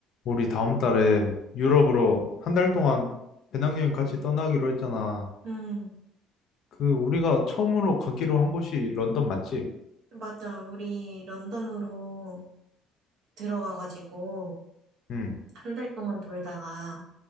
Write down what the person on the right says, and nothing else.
음,
맞아. 우리 런던으로 들어가가지고
한 달 동안 돌다가